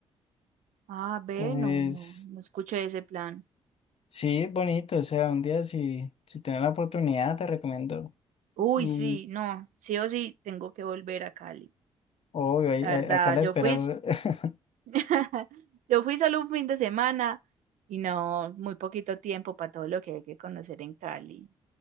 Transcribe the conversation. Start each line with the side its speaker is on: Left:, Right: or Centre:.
Right: Ah, ve,
Left: Entonces,
Right: no, no, no escuché ese plan.
Left: sí, es bonito, o sea, un día si, si tienes la oportunidad, te recomiendo.
Right: Uy,
Left: Y
Right: sí, no, sí o sí tengo que volver a Cali.
Left: obvio, ahí-
Right: La
Left: ahí-
Right: verdad,
Left: acá la
Right: yo
Left: espera.
Right: fui, s-
Left: <laughs>
Right: <laughs> yo fui solo un fin de semana y no, muy poquito tiempo para todo lo que hay que conocer en Cali.